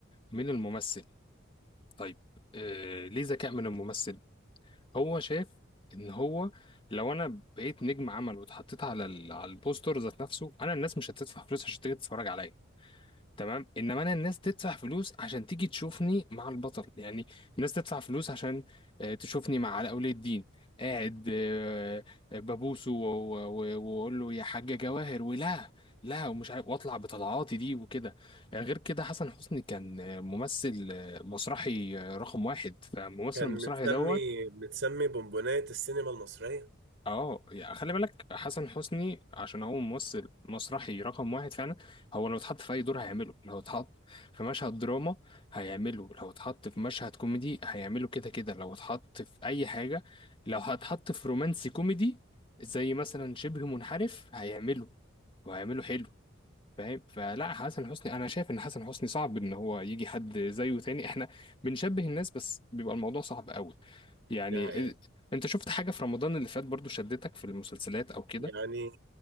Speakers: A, on the left; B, on the right.
A: من الممثل طيب إيه ليه ذكاء من الممثل هو شايف ان هو لو انا بقيت نجم عمل واتحطيت على ال- على البوستر ذات نفسه انا الناس مش هتدفع فلوس عشان تيجي تتفرج عليا تمام انما انا الناس تدفع فلوس عشان تيجي تشوفني مع البطل يعني الناس تدفع فلوس عشان آه، تشوفني مع علاء ولي الدين قاعد آه، آه، ببوسه و- و- واقول له يا حاجة جواهر ولا لا ومش عارف واطلع بطلعاتي دي وكده آه، غير كده حسن حسني كان آه، ممثل آه، مسرحي آه، رقم واحد فالممثل
B: كان
A: المسرحي
B: متسمي
A: دوت
B: متسمي بونبونات السينما المصرية
A: اه يعني خلي بالك حسن حسني عشان هو ممثل مسرحي رقم واحد فعلا هو لو اتحط في اي دور هيعمله لو اتحط في مشهد دراما هيعمله لو اتحط في مشهد كوميدي هيعمله كده كده لو اتحط في اي حاجة لو هتحط في رومانسي كوميدي زي مثلا شبه منحرف هيعمله وهيعمله حلو فاهم فلا حسن حسني انا شايف ان حسن حسني صعب ان هو يجي حد زيه تاني احنا بنشبه الناس بس بيبقى الموضوع صعب قوي يعني
B: دي حقيقة
A: إيه- انت شفت حاجة في رمضان اللي فات برضو شدتك في المسلسلات او كده
B: يعني